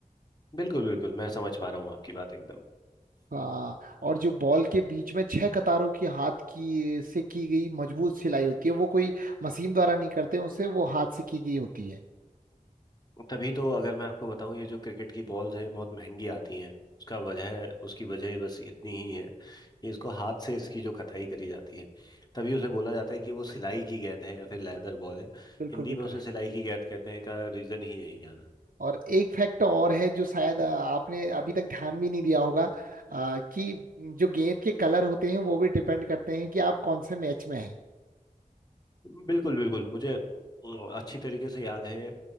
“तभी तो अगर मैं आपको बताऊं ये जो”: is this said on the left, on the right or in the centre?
Left